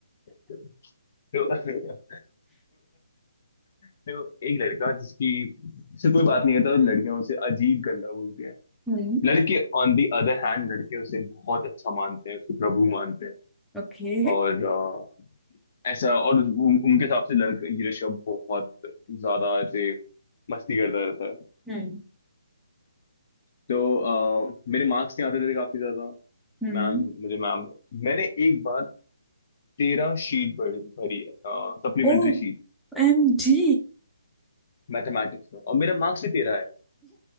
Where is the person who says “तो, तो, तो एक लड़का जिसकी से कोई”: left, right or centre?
Left